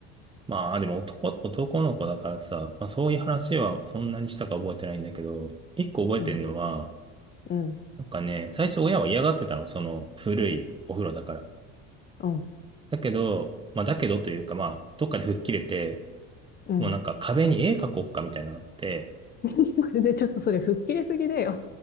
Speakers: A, on the right; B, on the left.
A: まあ、でも男、男の子だからさ、まあそういう話はそんなにしたか覚えてないんだけど、一個覚えてるのは、
B: うん、うん、
A: なんかね、最初親は嫌がってたの、その古いお風呂だから。
B: うん、
A: だけど、まあだけどというか、まあ、どっかで吹っ切れて、
B: うん。
A: もうなんか壁に絵描こうかみたいなのあって、
B: <laughs> で、ちょっとそれ吹っ切れすぎだよ。